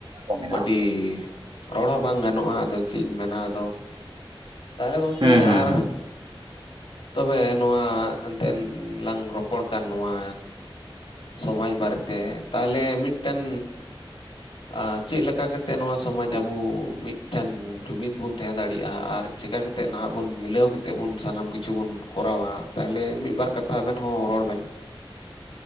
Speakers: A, on the right; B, on the left.
A: ᱦᱩᱸ ᱢᱮᱱᱟᱜᱼᱟ
B: ᱟᱹᱰᱤ ᱨᱚᱲ ᱦᱚᱸ ᱵᱟᱝ ᱜᱟᱱᱚᱜᱼᱟ ᱟᱫᱚ ᱪᱮᱫ ᱤᱧ ᱢᱮᱱᱟ ᱟᱫᱚ ᱛᱟᱦᱞᱮ ᱜᱚᱝᱠᱮ
A: ᱦᱩᱸ ᱦᱩᱸ
B: ᱟᱨ ᱛᱚᱵᱮ ᱱᱚᱣᱟ ᱮᱱᱛᱮᱱ ᱞᱟᱝ ᱨᱚᱯᱚᱲ ᱠᱟᱱ ᱱᱚᱣᱟ ᱥᱚᱢᱟᱡᱽ ᱵᱟᱨᱮᱛᱮ ᱛᱟᱦᱚᱞᱮ ᱢᱤᱫᱴᱮᱱ ᱟᱻ‌ ᱪᱮᱫ ᱞᱮᱠᱟ ᱠᱟᱛᱮᱫ ᱱᱚᱣᱟ ᱥᱚᱢᱟᱡᱽ ᱟᱵᱚ ᱢᱤᱫᱴᱷᱮᱱ ᱡᱩᱢᱤᱫ ᱵᱚᱱ ᱛᱟᱦᱮᱸ ᱫᱟᱲᱮᱭᱟᱜᱼᱟ ᱟᱨ ᱪᱮᱠᱟ ᱠᱟᱛᱮᱫ ᱱᱟᱦᱟᱜ ᱵᱚᱱ ᱢᱤᱞᱟᱹᱣ ᱠᱟᱛᱮᱫ ᱵᱚᱱ ᱥᱟᱱᱟᱢ ᱠᱤᱪᱷᱩ ᱵᱚᱱ ᱠᱚᱨᱟᱣᱟ ᱛᱟᱦᱞᱮ ᱢᱤᱫ ᱵᱟᱨ ᱠᱟᱛᱷᱟ ᱟᱵᱮᱱ ᱦᱚᱸ ᱨᱚᱲ ᱵᱮᱱ